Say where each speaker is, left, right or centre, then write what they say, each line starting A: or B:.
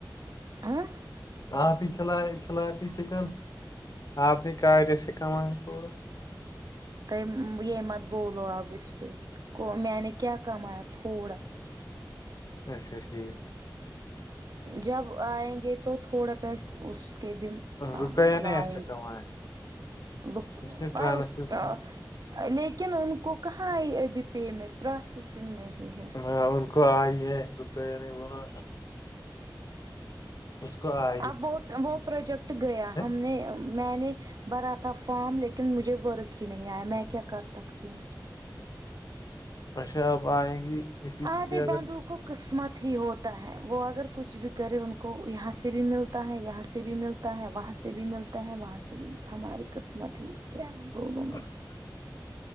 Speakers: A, on the right; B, on the left.
A: ہاں
B: ہاپ ہی کھل کھلاتی چکن اپ ہی کار سکھاوا تھوڑا
A: توم یہ مت بول آپ اس پہ میں نے کیا کمایا تھوڑا
B: اچھا ٹھیک
A: جب آئیں گے تو تھوڑا پیس اس کے دن
B: رکیا
A: آ لاؤں
B: نے اچھا کمایا
A: گی ل
B: اس نے ٹرانسکرپشن
A: آ اس کا لیکن ان کو کہاں آئی ابھی پیمنٹ پروسیسنگ میں ہی ہے
B: ہاں ان کو آج یہ کوکیا نے بولا اس کو <unintelligible>
A: اب وہ وہ پروجیکٹ گیا
B: ہیں؟
A: ہم نے میں نے بھرا تھا فارم لیکن لن مجھے ورق ہی نہیں آیا میں کیا کر سکتی ہوں اس کو
B: اچھا اب آے گی اسی
A: آ
B: کے
A: دے
B: اگر
A: بندو کو قسمت ہی ہوتا ہے وہ اگر کچھ بھی کرے ان کو یہاں سے بھی ملتا ہے یہاں سے بھی ملتا تا ہے وہاں سے بھی ملتا ہے وہاں سے بھی ملتا ہے ہماری قسمت ہی کیا بولوں میں
B: ہاں <unintelligible>